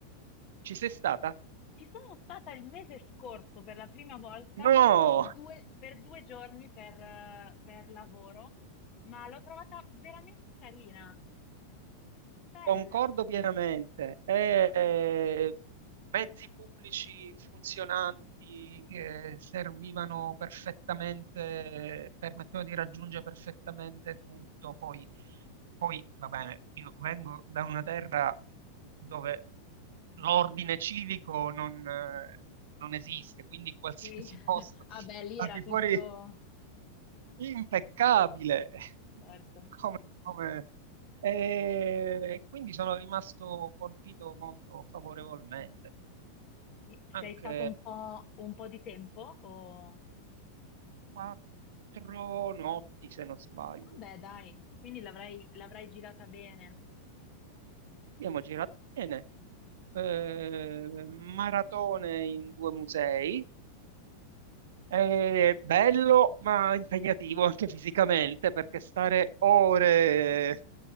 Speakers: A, on the right; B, on the left.
A: Ci sei stata?
B: Ci sono stata il mese scorso per la prima volta,
A: No,
B: solo per due, per due giorni per, eh, per lavoro, ma l'ho trovata veramente carina, bella.
A: concordo pienamente. Eh, mezzi pubblici funzionanti che servivano perfettamente, permettevano di raggiungere perfettamente tutto. Poi, poi va bene, io vengo da una terra dove l'ordine civico non, eh, non esiste, quindi qualsiasi
B: Sì, <laughs>
A: <laughs> posto
B: vabbè, lì
A: al
B: era
A: di
B: tutto,
A: fuori impeccabile. <laughs>
B: certo.
A: Come, come- E quindi sono rimasto colpito molto favorevolmente.
B: Sì. Sei
A: Anche
B: stato un po', un po' di tempo o...
A: quattro notti, se non sbaglio.
B: Vabbè, dai, quindi l'avrai l'avrai girata bene.
A: Abbiamo girato bene. Eh, maratone in due musei È bello ma impegnativo anche fisicamente perché stare
B: Certo,
A: ore eh,